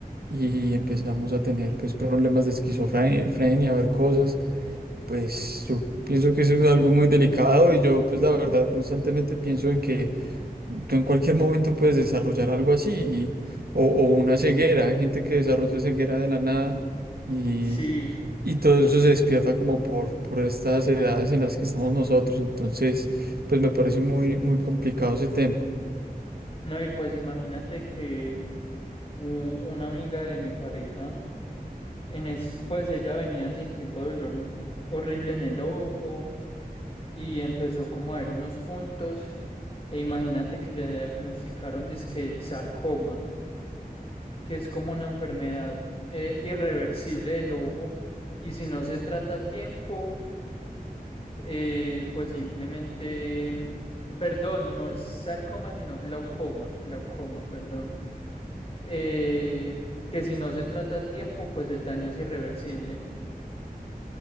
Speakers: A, on the right; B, on the left.
A: y empezamos a tener pues problemas de esquizofrenia, a ver cosas, pues yo pienso que eso es algo muy delicado y yo pues la verdad constantemente pienso en que tú en cualquier momento puedes desarrollar algo así y- o, o una ceguera, hay gente que desarrolla ceguera de la nada y,
B: Sí,
A: y todo eso se despierta como por, por estas edades en las que estamos nosotros, entonces pues me parece muy, muy complicado ese tema.
B: no, y pues imagínate que u- una amiga de mi pareja, en es, pues ella venía sintiendo dolor mu- horrible en el ojo y empezó como a ver unos puntos e imagínate que le diagnosticaron dizque sarcoma, que es como una enfermedad eh, irreversible del ojo y si no se trata a tiempo Eh, pues simplemente, perdón, no es sarcoma, sino glaucoma, glaucoma, perdón. Eh, que si no se trata a tiempo, pues el daño es irreversible.